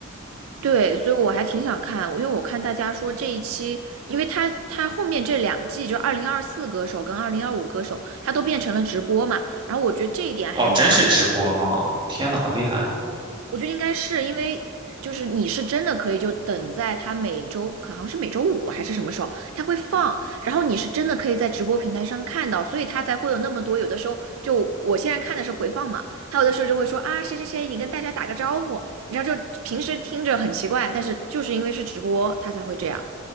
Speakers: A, on the right; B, on the right.
A: 对，所以我还挺想看，因为我看大家说这一期，因为他他后面这两季就二零二四歌手跟二零二五歌手，他都变成了直播嘛，然后我觉得这一点还蛮好
B: 哦，真是直播吗？天呐，好厉害！
A: 我觉得应该是因为，就是你是真的可以就等在他每周，可好像是每周五还是什么时候，他会放，然后你是真的可以在直播平台上看到，所以他才会有那么多。有的时候就我现在看的是回放嘛，还有的时候就会说啊谁谁谁，你跟大家打个招呼，你知道就平时听着很奇怪，但是就是因为是直播，他才会这样。